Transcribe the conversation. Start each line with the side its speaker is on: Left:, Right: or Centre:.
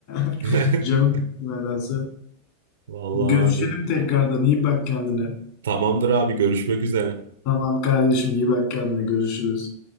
Left: <laughs>
Right: <laughs>
Left: Canım nedense.
Right: Vallahi
Left: Görüşelim
Right: abi.
Left: tekrardan. İyi bak kendine.
Right: Tamamdır abi görüşmek üzere.
Left: Tamam kardeşim iyi bak kendine. Görüşürüz.